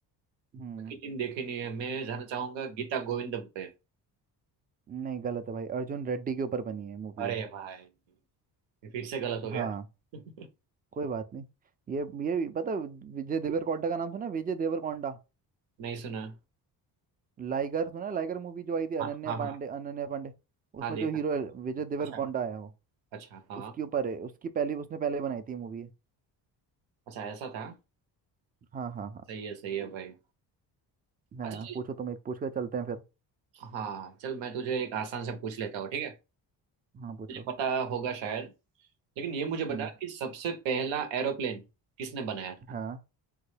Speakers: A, on the right; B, on the right.
A: हम्म
B: बाकी तीन देखी नहीं है मैं जाना चाहूंगा गीता गोविंदम पे
A: नहीं गलत है भाई अर्जुन रेड्डी के ऊपर बनी है मूवी
B: अरे
A: है
B: भाई ये फिर से गलत हो गया
A: हाँ
B: <laughs>
A: कोई बात नहीं ये ये भी- पता है, विजय देवरकोंडा का नाम सुना है? विजय देवरकोंडा
B: नहीं सुना
A: लाइगर सुना है? लाइगर मूवी जो आई थी अनन्या
B: हाँ हाँ
A: पांडे
B: हाँ
A: अनन्या पांडे
B: हाँ
A: उसमें
B: देखा
A: जो हीरो है विजय देवरकोंडा
B: अच्छा
A: है वो
B: अच्छा हाँ
A: उसके ऊपर है उसकी पहली उसने पहले बनाई थी मूवी है
B: अच्छा ऐसा था
A: हाँ हाँ हाँ
B: सही है सही है भाई
A: हाँ
B: अच्छा चल
A: पूछो तुम एक पूछ कर चलते हैं फिर
B: हाँ चल मैं तुझे एक आसान से पूछ लेता हूँ ठीक है
A: हाँ पूछो
B: तुझे पता होगा शायद लेकिन ये मुझे
A: हम्म
B: बता कि सबसे पहला एरोप्लेन किसने बनाया था
A: हाँ